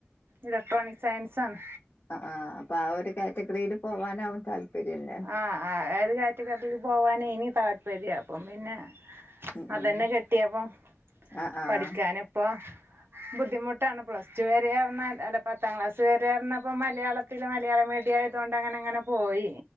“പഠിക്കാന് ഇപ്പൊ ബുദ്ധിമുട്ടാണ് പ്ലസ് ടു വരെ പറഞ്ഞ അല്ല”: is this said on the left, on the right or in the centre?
Right